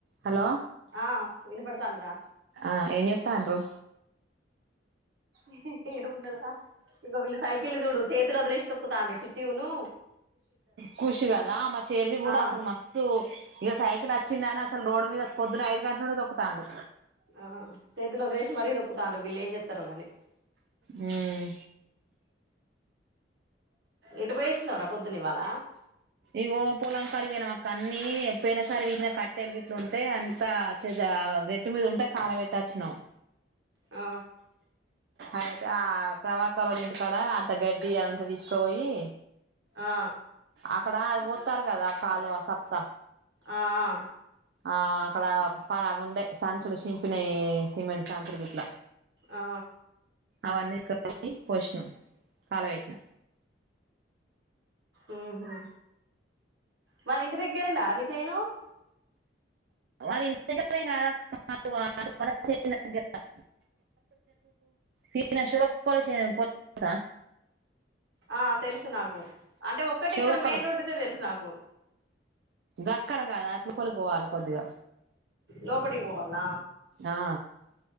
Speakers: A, on the right (about 60°); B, on the right (about 75°).
A: Hello
B: ఆ వినపడుతాందిరా
A: ఆ ఏమిచేస్తాండ్రు?
B: ఇహి హి ఏం ఉన్నది రా? ఇగో వీళ్ళు సైకిల్ చూడు చేతులు వదిలేసి తొక్కుతాండ్రు చిట్టీను
A: ఖుషి కదా మా చెర్రీ కూడా
B: ఆ
A: అసలు మస్తు ఇగ సైకిల్ అచ్చిందని అసలు రోడ్డు మీద పొద్దున ఐదు గంటల నుండి తొక్కుతాండు.
B: ఆ చేతులో వదిలేసి మరి తొక్కుత తాండ్లు వీళ్లు ఏం చేతారో గానీ
A: మ్మ్
B: ఎటు పోయిచ్చినవరా పొద్దున్న ఇవాళ
A: ఇగో పోలం కాడికి పోయినం అ కన్నీ పోయిన సారి పికిన కట్టేలు గిట్లు ఉంటే అంత చ గట్టి మీద ఉంటే కాలవెట్టాచ్చినము
B: ఆ
A: అయితే ఆ ప్రవాకరోల్ల ఇంటికాడ అంత గడ్డి అదంత తీసుకపోయి
B: ఆ
A: అక్కడ అది పోత్తరు కదా కాలువ ఆ సత్తా
B: ఆ ఆ
A: ఆ అక్కడ అవి ఉండే సంచులు చింపినాయి సిమెంట్ సంచులు గిట్ల
B: ఆ
A: అవన్నీ తీసుకపోయి పోశినం కాల పెట్టిన
B: ఉమ్ హు వాళ్ళ ఇంటి దగ్గరే నారా మీ చేను
A: వాళ్ళ ఇంటి దగ్గరది ఏం కాదక్క వల్ల చేను దగ్గర చేను <unintelligible>
B: ఆ తెలుసు నాకు అంటే ఒక్కటి
A: శివక్కలు
B: ఇక్కడ మెయిన్ రోడ్డుతే తెలుసు నాకు
A: గక్కడ కాదు అట్ లోపలికి పోవాలి కొద్దిగా
B: లోపటికీ పోవల
A: ఆ